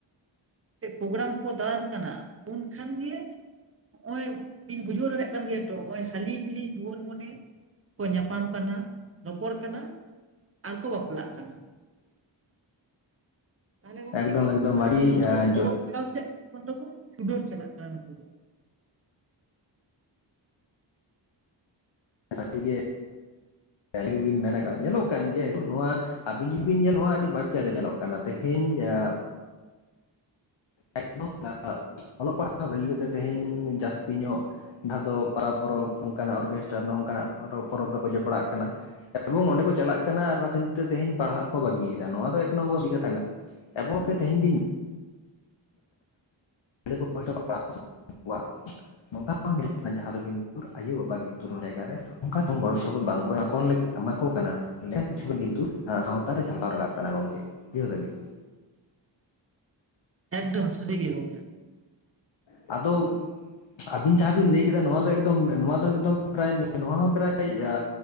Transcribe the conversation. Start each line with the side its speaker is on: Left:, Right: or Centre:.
Right: ᱥᱮ ᱯᱳᱜᱨᱟᱢ ᱠᱚ ᱫᱬᱟᱱ ᱠᱟᱱᱟ ᱩᱱᱠᱷᱟᱱ ᱜᱮ ᱱᱚᱜ ᱚᱚᱭ ᱵᱤᱱ ᱵᱩᱡᱷᱟᱹᱣ ᱫᱟᱲᱮᱭᱟᱜ ᱠᱟᱱ ᱜᱮᱭᱟ ᱛᱚ ᱱᱚᱜᱚᱭ ᱠᱷᱟᱹᱞᱤ ᱠᱷᱟᱹᱞᱤ ᱡᱩᱣᱟᱹᱱ ᱢᱚᱱᱮ ᱠᱚ ᱧᱟᱯᱟᱢ ᱠᱟᱱᱟ ᱨᱚᱯᱚᱲ ᱠᱟᱱᱟ ᱟᱨ ᱠᱚ ᱵᱟᱯᱞᱟᱜ ᱠᱟᱱᱟ, ᱛᱟᱦᱚᱞᱮ ᱜᱚᱝᱠᱮ
Left: ᱮᱠᱫᱚᱢ
Right: ᱧᱮᱞᱚᱜ
Left: ᱮᱠᱫᱚᱢ
Right: ᱠᱟᱱᱟ
Left: ᱟᱹᱲᱤᱡ
Right: ᱟᱫᱚ
Left: ᱡᱚᱛ
Right: ᱚᱞᱚᱜ ᱯᱟᱲᱦᱟᱣ ᱥᱮᱫ ᱠᱷᱚᱱ ᱫᱚᱠᱚ ᱪᱩᱰᱟᱹᱨ ᱪᱟᱞᱟᱜ ᱠᱟᱱᱟ ᱱᱩᱠᱩ ᱫᱚ
Left: ᱥᱟᱨᱤ ᱜᱮ ᱥᱟᱨᱤ ᱜᱮᱵᱤᱱ ᱢᱮᱱ ᱠᱟᱜ ᱧᱮᱞᱚᱜ ᱠᱟᱱ ᱜᱮᱭᱟ ᱱᱤᱛᱳᱜ ᱱᱚᱣᱟ, ᱟᱹᱵᱤᱱ ᱡᱩᱫᱤ ᱵᱤᱱ ᱧᱮᱞᱚᱜ-ᱟ ᱟᱹᱰᱤ ᱵᱟᱲᱛᱤ ᱧᱮᱞᱚᱜ ᱠᱟᱱᱟ ᱛᱮᱦᱮᱧ ᱦᱟᱦᱟᱸ ᱮᱠᱫᱚᱢ <unintelligible> ᱚᱞᱚᱜ ᱯᱟᱲᱦᱟᱜ ᱵᱟᱹᱜᱤ ᱠᱟᱛᱮᱫ ᱛᱮᱦᱮᱧ ᱡᱟᱹᱥᱛᱤ ᱧᱚᱜ ᱵᱷᱟᱫᱚᱵ ᱯᱟᱨᱟ ᱯᱚᱨᱚᱵᱽ ᱚᱱᱠᱟᱱᱟᱜ ᱚᱨᱜᱮᱥᱴᱟᱨ ᱱᱚᱝᱠᱟᱱᱟᱜ ᱯᱚᱨᱚᱵᱽ ᱨᱮᱠᱚ ᱡᱚᱯᱲᱟᱜ ᱠᱟᱱᱟ, ᱮᱵᱚᱝ ᱚᱸᱰᱮ ᱠᱚ ᱪᱟᱞᱟᱜ ᱠᱟᱱᱟ ᱟᱨ ᱚᱱᱟ ᱠᱷᱟᱹᱛᱤᱨ ᱛᱮ ᱛᱮᱦᱮᱧ ᱯᱟᱲᱦᱟᱜ ᱠᱚ ᱵᱟᱹᱜᱤᱭᱮᱫᱟ ᱱᱚᱣᱟ ᱫᱚ ᱮᱠ ᱱᱚᱢᱵᱚᱨ ᱥᱟᱨᱤ ᱠᱟᱛᱷᱟ ᱠᱟᱱᱟ᱾ ᱮᱵᱚᱝᱠᱤ ᱛᱮᱦᱮᱧ ᱵᱤᱱ ᱜᱤᱫᱨᱟᱹ ᱠᱚ ᱦᱚᱭ ᱛᱚ ᱠᱚ ᱯᱟᱲᱦᱟᱜ ᱦᱚᱪᱚᱭᱮ ᱠᱚᱣᱟ ᱱᱚᱝᱠᱟ ᱦᱚᱸ ᱧᱮᱞ ᱡᱟᱦᱟᱸ ᱫᱚ ᱠᱤᱱᱛᱩ ᱟᱭᱳ ᱵᱟᱵᱟ ᱠᱤᱱᱛᱩ ᱚᱱᱟ ᱡᱟᱭᱜᱟ ᱨᱮ ᱚᱱᱠᱟ ᱫᱚ ᱜᱚᱲᱚ ᱥᱚᱯᱚᱦᱚᱫ ᱵᱟᱝᱠᱚ ᱠᱚᱞ ᱞᱟᱜᱤᱫ ᱮᱢᱟ ᱠᱚ ᱠᱟᱱᱟ᱾ ᱚᱸᱰᱮ ᱠᱤᱪᱷᱩ ᱜᱮ ᱠᱤᱱᱛᱩ ᱥᱟᱶᱛᱟᱨ ᱨᱮ ᱡᱷᱟᱞᱠᱟᱣ ᱨᱟᱠᱟᱵ ᱠᱟᱱᱟ ᱜᱚᱢᱠᱮ ᱵᱩᱡᱷᱟᱹ ᱮᱫᱟᱵᱤᱱ᱾
Right: ᱮᱫᱚᱢ ᱥᱟᱹᱨᱤ ᱜᱮ ᱜᱳᱢᱠᱮ,
Left: ᱟᱫᱚ ᱟᱵᱤᱱ ᱡᱟᱦᱟᱸ ᱵᱤᱱ ᱞᱟᱹᱭ ᱠᱮᱫᱟ ᱱᱚᱣᱟ ᱫᱚ ᱮᱠᱚᱢ ᱱᱚᱣᱟ ᱫᱚ ᱮᱠᱫ ᱯᱨᱟᱭ ᱱᱚᱣᱟ ᱦᱚᱸ ᱯᱨᱟᱭ-ᱟ